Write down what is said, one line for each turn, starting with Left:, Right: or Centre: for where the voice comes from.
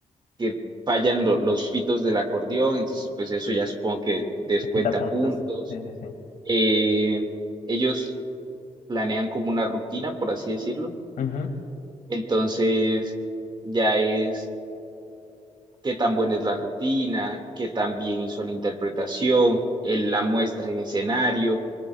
Right: que fallan lo- los pitos del acordeón, entonces pues eso ya supongo que descuenta
Left: Le quita puntos.
Right: puntos.
Left: Sí, sí, sí.
Right: Eh, ellos planean como una rutina, por así decirlo,
Left: Ujú,
Right: entonces ya es qué tan buena es la rutina, qué tan bien hizo la interpretación, el- la muestra en escenario.